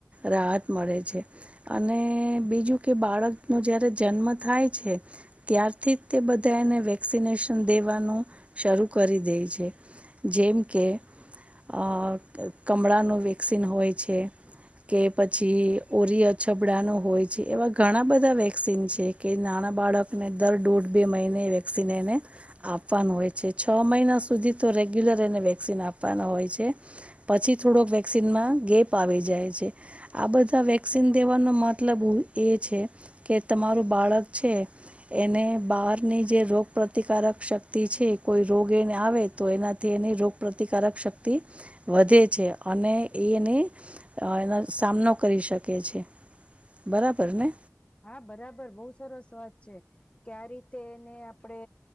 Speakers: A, on the right; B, on the left.
A: રાહત મળે છે અને બીજું કે બાળક નું જયારે જન્મ થાય છે ત્યારથી બધાને વેક્સનેશન દેવાનું શરૂ કરી દે છે. જેમ કે અહ કમળાનું વેક્સિન હોય છે કે પછી ઓરઈછબડા ન હોય છે એવા ઘણા બધા વેક્સન છે કે નાના બાળકને દર દોઢ બે મહિને વેક્ન એને આપવાનું હોય છે. છ મહિના સુધી તો રેગ્યુલર એને વેક્સિન આપવાના હોય છે, પછી થોડોક વેક્સનમાં ગેપ આવી જાય છે. આ બધા વેક્સન દેવાનો મતલબ એ છે કે તમારું બાળક છે. એને બહારની જે રોગ પ્રતિકારક શક્તિ છે કોઈ રોગ એને આવે તો એનાથી એને રોગ પ્રતિકારક શક્તિ વધે છે. અને એ એને અહ એના સામ નો કરી શકે છે. બરાબર ને?
B: હા, બરાબર બહુ સરસ વાત છે કે આ રીતે એને આપડે